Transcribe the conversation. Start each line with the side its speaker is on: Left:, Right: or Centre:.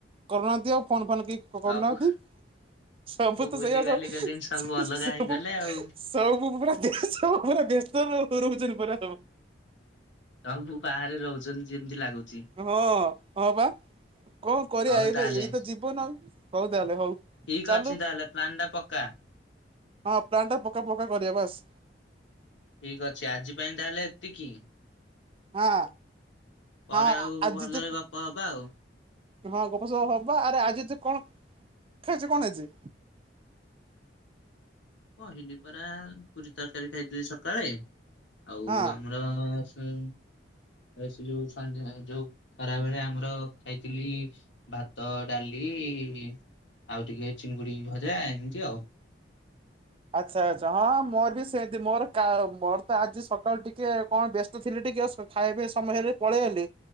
Right: କରୁନାହାନ୍ତି ଆଉ ଫୋନ୍ ଫାନ କେଇ କରୁନାଆନ୍ତି।
Left: ସବୁ
Right: ସବୁ ତ
Left: ଭୁଲି
Right: ସେଇଆ
Left: ବାଲି
Right: ସ <unintelligible>
Left: ଗଲେଣି
Right: ସବୁ
Left: ଅଲଗା
Right: ସବୁ।
Left: ହେଇଗଲେ ଆଉ।
Right: ସବୁ ପୁରା ବ୍ୟସ୍ତ ରହୁଛନ୍ତି ପୁରା ସବୁ।
Left: ସବୁ ବାହାରେ ରହୁଚନ୍ତି ଯେମିତି ଲାଗୁଚି।
Right: ହଁ। ହଁ ବା। କଣ କରିବା
Left: ହଉ
Right: ଏଇ
Left: ତାହେଲେ
Right: ବା ଏଇତ ଜୀବନ ହଉ ତାହେଲେ ହଉ।
Left: ଠିକ
Right: ଚାଲୁ
Left: ଅଛି ତାହେଲେ ପ୍ଲାନଟା ପକା।
Right: ହଁ ପ୍ଲାନ୍ ଟା ପକା ପକା କରିବା ବାସ।
Left: ଠିକ ଅଛି ଆଜି ପାଇଁ ତାହେଲେ ଏତିକି।
Right: ହଁ।
Left: ପରେ
Right: ହଁ
Left: ଆଉ
Right: ଆଜି
Left: ଭଲରେ
Right: ତ
Left: ଗପ ହବା ଆଉ
Right: ହଁ ଗପସପ ହବ ଆରେ ଆଜି ତୁ କଣ ଖାଇଚୁ କଣ ଆଜି?
Left: କହିଲି ପରା ପୁରୀ ତରକାରୀ ଖାଇଥିଲି ସକାଳେ ଆଉ
Right: ହଁ।
Left: ଆମ ମଟର ଛୁଇଁ। ଏ ସେ ଯୋଉ ସନ୍ଧ୍ୟା ଯୋଉ ଖରାବେେଳେ ଆମର ଖାଇଥିଲି ଭାତ ଡାଲି ଇ ଈ ଆଉ ଟିକେ ଚିଙ୍ଗୁଡି ଭଜା ଏମିତି ଆଉ
Right: ଆଚ୍ଛା ଆଚ୍ଛା ହଁ ମୋର ବି ସେଏତି ମୋର କା ମୋର ତ ଆଜି ସକାଳୁ ଟିକେ କଣ ବ୍ୟ ତ ଥିଲି ଟିକେ ଖାଇବା ପାଇ ସମୟ ହେଲେ ପଳେଇ ଆଇଲି